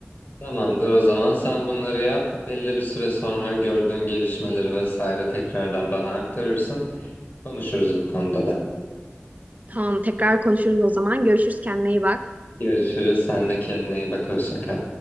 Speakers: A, on the left; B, on the right.
A: Tamamdır o zaman sen bunları yap. Belli bir süre sonra gördüğün gelişmeleri vesaire tekrardan bana aktarırsın. Konuşuruz bu konuda da.
B: Tamam, tekrar konuşuruz o zaman. Görüşürüz, kendine iyi bak.
A: Görüşürüz. Sen de kendine iyi bak. Hoşça kal.